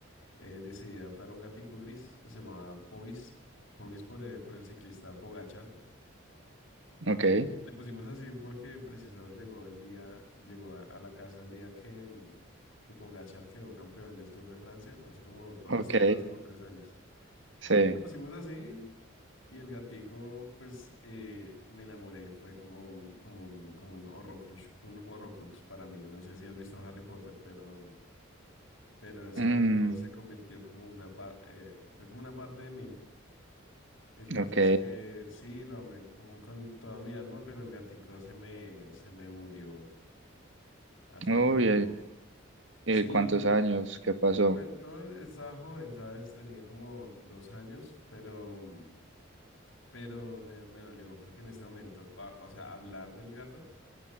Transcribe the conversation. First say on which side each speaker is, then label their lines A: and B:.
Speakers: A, on the left; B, on the right.
A: eh, decidí adoptar un gatico gris que se llamaba Pogis. Pogis por, eh, por el ciclista Pogachar
B: Ok,
A: le pusimos así porque precisado llegó el día, llegó a, a la casa el día que, mm, que Pogacar quedó campeón del Tour de Francia, hace como dos,
B: ok,
A: no, hace como tres años.
B: sí.
A: Y le pusimos así y el gatico, pues eh, me enamoré, fue como un, como un, como un Horrocrux, un Horrocrux para mí. No sé si has visto Harry Potter, pero, pero ese
B: Mm,
A: gatico se convirtió como una, pa- eh, fue como una parte de mí. El caso
B: ok.
A: es que sí, lo amé como con toda mi alma, pero el gatico se me, se me murió. Hace
B: Uy,
A: un tiempo.
B: ¿y
A: Sí,
B: y cuántos años? ¿Qué pasó?
A: pues no, estaba joven, ¿sabes? Tenía como dos años, pero, pero me, me dolió. Creo que en este momento, a- o sea, hablar del gato